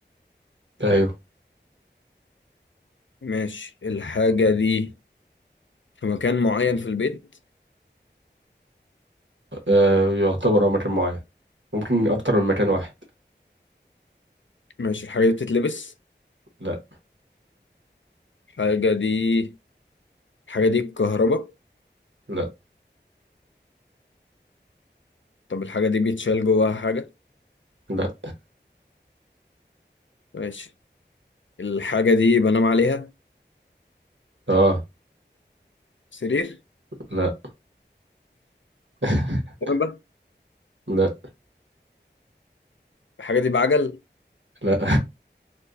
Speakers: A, on the right; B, on the left.
A: أيوه
B: ماشي الحاجة دي في مكان معين في البيت
A: آه، يعتبر اه مكان معين ممكن أكتر من مكان واحد
B: ماشي الحاجة دي بتتلبس
A: لا
B: الحاجة دي الحاجة دي بكهرباء
A: لا
B: طب الحاجة دي بيتشال جواها حاجة
A: لا
B: ماشي الحاجة دي بنام عليها
A: اه
B: سرير
A: لا <laughs>
B: كنبة
A: لا
B: الحاجة دي بعجل
A: لا